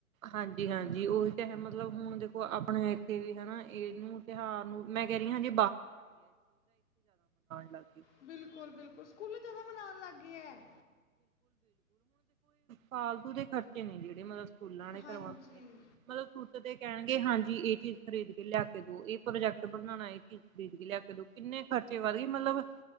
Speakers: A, on the right; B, on the left.
A: ਹਾਂਜੀ ਹਾਂਜੀ ਉਹੀ ਤਾਂ ਮਤਲਬ ਹੁਣ ਦੇਖੋ ਆਪਣੇ ਇੱਥੇ ਵੀ ਹਨਾ ਇਹਨੂੰ ਤਿਉਹਾਰ ਨੂੰ ਮੈਂ ਕਹਿ ਰਹੀ ਹਾਂ ਜੀ ਲੱਗ ਗਏ।
B: ਬਿਲਕੁਲ ਬਿਲਕੁਲ ਸਕੂਲੇ ਜਿਆਦਾ ਮਨਾਉਂਣ ਲੱਗ ਗਏ ਹੈ।
A: ਫ਼ਾਲਤੂ ਦੇ ਖਰਚੇ ਨੇ ਜਿਹੜੇ ਮਤਲਬ ਸਕੂਲਾਂ ਨੇ
B: ਹਾਂਜੀ
A: ਕਰਵਾਉਂ ਮਤਲਬ ਸੁੱਟ ਦੇ ਕਹਿਣਗੇ ਹਾਂਜੀ ਇਹ ਚੀਜ਼ ਖਰੀਦ ਕੇ ਲਿਆ ਕੇ ਦੋ ਇਹ ਪ੍ਰੋਜੈਕਟ ਬਣਾਉਣਾਂ ਇਹ ਚੀਜ਼ ਖਰੀਦ ਕੇ ਲਿਆ ਕੇ ਦੋ ਕਿੰਨੇ ਖਰਚੇ ਵੱਧ ਗਏ ਮਤਲਬ